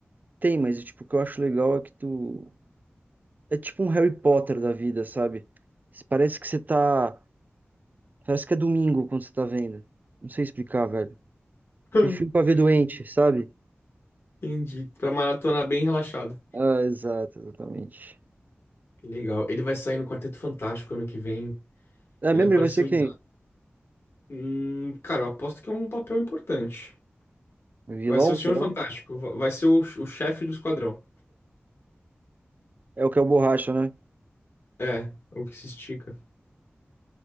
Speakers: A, on the right; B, on the left.
A: Tem, mas tipo, o que eu acho legal é que tu. É tipo um Harry Potter da vida, sabe? Parece que você tá. Parece que é domingo quando você tá vendo. Não sei explicar, velho.
B: <laughs>
A: Aquele filme pra ver doente, sabe?
B: Entendi. Pra maratonar bem relaxado.
A: Ah, exato, exatamente.
B: Que legal. Ele vai sair no Quarteto Fantástico ano que vem.
A: Ah,
B: Ele
A: lembra
B: apareceu
A: vai ser quem?
B: em. Hum, cara, eu aposto que é um papel importante.
A: Vilão,
B: Vai ser o Senhor
A: será?
B: Fantástico. va- Vai ser o, o chefe do esquadrão.
A: É o que é o Borracha, né?
B: É, é o que se estica.